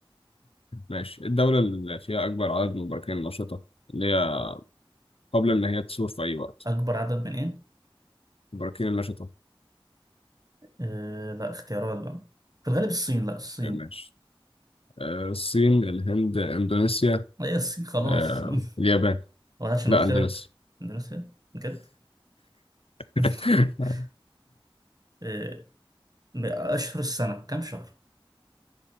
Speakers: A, on the left; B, on the right.
A: ماشي إيه الدولة اللي فيها أكبر عدد من البراكين النشطة اللي هي قبل
B: <laughs>
A: إن هي تثور في أي وقت
B: أكبر عدد من ايه؟
A: البراكين النشطة
B: أه لا اختيارات بقى في الغالب الصين لا الصين
A: ماشي آه، الصين الهند إندونيسيا
B: هي الصين خلاص
A: آه، اليابان
B: <laughs> وعشان
A: لا
B: قلت
A: إندونيسيا
B: لك اندونيسيا بجد
A: <laughs>
B: <laughs> آه، أشهر السنة كام شهر؟